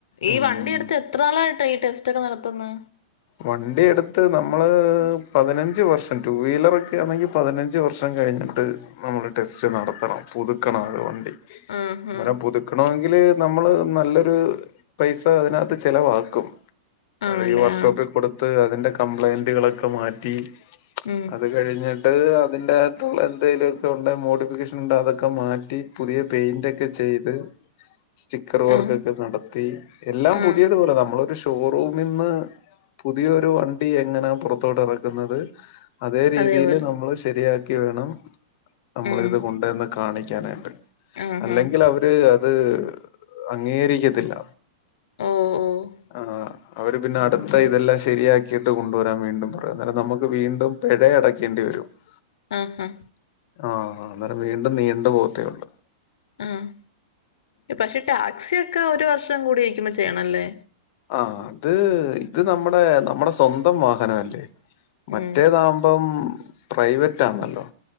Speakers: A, on the left (about 70°); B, on the left (about 35°).
A: ഈ
B: ഉം
A: വണ്ടി എടുത്ത് എത്രാളായിട്ടാ ഈ ടെസ്റ്റ് ഒക്കെ നടത്തുന്നെ?
B: വണ്ടി എടുത്ത് നമ്മള് പതിനഞ്ച് വർഷം ടു വീലറൊക്കെ ആണെങ്കിൽ പതിനഞ്ച് ഞ്ച് വർഷം കഴിഞ്ഞിട്ട് നമ്മള് ടെസ്റ്റ് നടത്തണം പുതുക്കണം അത് വണ്ടി
A: ആഹ്
B: അങ്ങനെ
A: ആഹ്
B: പുതു ക്കണമെങ്കില് നമ്മള് നല്ലൊരു പൈസ അതിനകത്ത് ചെലവാക്കും
A: ആണല്ലേ
B: അത് ഈ വർഷോപ്പിൽ
A: ആഹ്
B: കൊടുത്ത് അതിന്റെ കംപ്ലൈയിന്റുകളൊക്കെ മാറ്റി
A: ഉം
B: അത് കഴിഞ്ഞിട്ട് അതിന്റെ അകത്തുള്ള എന്തെലൊക്കെ ഉണ്ടെ മോഡിഫിക്കേഷൻ ഉണ്ടെ അതൊക്കെ മാറ്റി പുതിയ പെയിന്റൊക്കെ ചെയ്ത് സ്റ്റിക്കർ വർക്കൊക്കെ
A: ആഹ്
B: നടത്തി എല്ലാം
A: ആഹ്
B: പുതിയത്പോലെ നമ്മളൊരു ഷോറൂമിന്ന് പുതിയൊരു വണ്ടി എങ്ങനാ പുറത്തോട്ട് എറക്കുന്നത് അതേ രീതിയിൽ
A: അതേപോലെ
B: നമ്മള് ശരിയാക്കി വേണം നമ്മള്ളിത്
A: ഉം
B: കൊണ്ടന്ന് കാണിക്കാനായിട്ട്
A: ആഹ്
B: അല്ലെങ്കിൽ
A: ആഹ്
B: അവര് അത് അംഗീകരിക്കത്തില്ല.
A: ഓഹ് ഓഹ്
B: ആഹ്. അവര് പിന്നെ അടുത്ത ഇതെല്ലാം ശരിയാക്കിയിട്ട് കൊണ്ടുവരാൻ വീണ്ടും പറയും അന്നേരം നമുക്ക് വീണ്ടും പിഴ അടയ്ക്കേണ്ടി വരും. <inaudible>
A: ആഹ് ഹ
B: ആഹ് അന്നേരം വീണ്ടും നീണ്ട് പോവത്തേ ഒള്ളൂ
A: ആഹ് പക്ഷെ ടാക്സിയൊക്കെ ഒരു വർഷം കൂടി ഇരിക്കുമ്പോ ചെയ്യണംല്ലേ?
B: ആ അത് ഇത് നമ്മുടെ നമ്മുടെ സ്വന്തം വാഹനം അല്ലേ. മറ്റേതാവുമ്പം
A: ഉം
B: പ്രൈവറ്റ് ആന്നല്ലോ